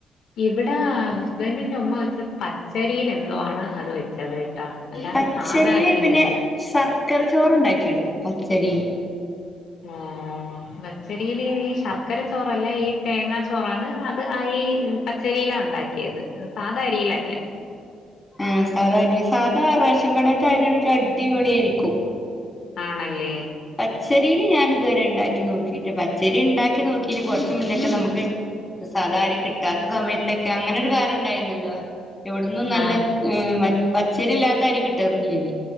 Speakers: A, on the left (about 65°); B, on the left (about 15°).
A: ഇവിടെ ഹസ്ബൻറിന്റെ ഉമ്മ വെച്ച പച്ചരിയിൽ എന്തോണ് അത് വെ ച്ചത് കെട്ടെ അല്ലാതെ
B: പച്ചരിയില്
A: സാധാ അരിയിലല്ല
B: പിന്നെ ശർക്കര ചോറുണ്ടാക്കിയ എടുക്കും പച്ചരിയിൽ
A: ആഹ് പച്ചരിൽ ഈ ശർക്കര ചോറല്ല ഈ തേങ്ങാ ചോറാണ് അത് ആ ഈ പച്ചരിയിലാ ഉണ്ടാക്കിയത് സാധാ അരിയിലല്ല
B: ആഹ് സാധാ അരിയിലാ സാധാ റേഷൻ കടെത്തെ അരിയാണെങ്കിൽ അടിപൊളി ആയിരിക്കും
A: ആണല്ലേ
B: പച്ചരിൽ ഞാൻ ഇതുവരെ ഉണ്ടാക്കി നോക്കിട്ട് പച്ചരി ഉണ്ടാക്കി നോക്കിന് കുറച്ച മുന്നൊക്കെ നമുക്ക് സാധാ അരി കിട്ടാത്ത സമയത്തൊക്കെ അങ്ങനൊ ഒരു കാലം ഇണ്ടായിരുന്നല്ലോ എവിടന്നും നല്ല
A: ആഹ്
B: പച്ചരി അല്ലാത്ത അരി കിട്ടറില്ലേയ്നി